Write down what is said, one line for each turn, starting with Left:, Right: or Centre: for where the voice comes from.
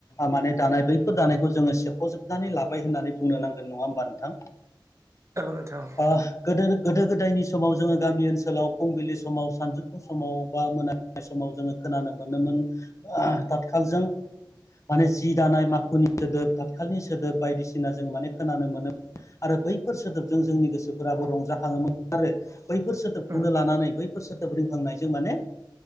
Left: माने दानाय बैफोर दानायखौ जोङो सेख'जोबनानै लाबाय होननानै बुंनो नांगोन नङा होमबा? नोंथां
Right: औ नोंथां
Left: अ गोदो गोदो गोदायनि समाव जोङो गामि ओनसोलाव फुंबिलि समाव सानजौफु समाव बा मोनाबिलि समाव जोङो खोनानो मोनोमोन ओ तातखालजों माने जि दानाय माखुनि सोदोब थाथखालनि सोदोब बायदिसिना जों माने खोनानो मोनो आरो बैफोर सोदोबजों जोंनि गोसोफोराबो रंजाखाङोमोन आरो बैफोर सोदोबखौनो
Right: उम
Left: लानानै बैफोर सोदोब रोंखांनायजों माने